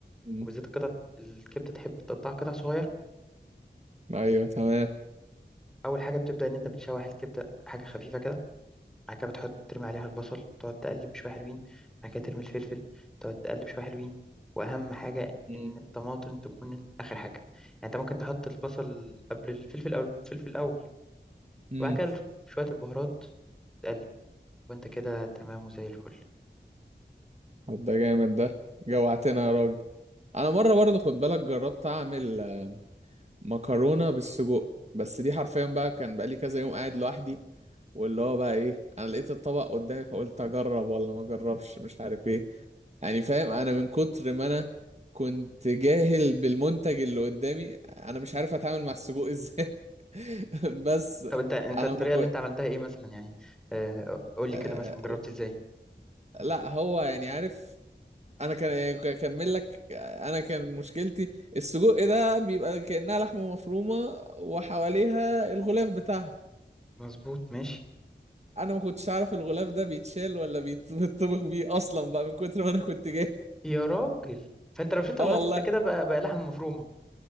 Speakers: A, on the right; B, in the centre.
A: مم.
B: وبالذات القطع الكبده تحب تقطعها قطع صغيره
A: ايوه تمام
B: اول حاجه بتبدا ان انت بتشوح الكبده حاجه خفيفه كده بعد كده بتحط ترمي عليها البصل تقعد تقلب شويه حلوين بعد كده ترمي الفلفل تقعد تقلب شويه حلوين واهم حاجه
A: مم.
B: ان الطماطم تكون اخر حاجه يعني انت ممكن تحط البصل قبل الفلفل او الفلفل الاول
A: مم.
B: وبعد كده شويه البهارات تقلب وانت كده تمام وزي الفل
A: طب ده جامد ده جوعتنا يا راجل انا مره برضه خد بالك جربت اعمل آه، مكرونه بالسجق بس دي حرفيا بقى كان بقالي كذا يوم قاعد لوحدي واللي هو بقى ايه انا لقيت الطبق قدامي فقلت اجرب ولا ما اجربش مش عارف ايه يعني فاهم انا من كتر ما انا كنت جاهل بالمنتج اللي قدامي انا مش عارف اتعامل مع السجق ازاي <laughs> بس
B: طب انت انت
A: انا
B: الطريقه
A: مكو...
B: اللي انت عملتها ايه مثلا يعني آه، قول لي
A: آه...
B: كده مثلا جربت ازاي
A: لا هو يعني عارف انا كان اكمل لك انا كان مشكلتي السجق ده بيبقى كأنها لحمة مفرومة وحواليها الغلاف بتاعها
B: مظبوط ماشي
A: انا ما كنتش عارف الغلاف ده بيتشال ولا بيت- بيتطبخ بيه اصلا بقى من كتر ما انا كنت جاهل
B: يا راجل فانت لو شلت الغلاف
A: اه والله
B: انت كده بقى بقى لحم مفرومه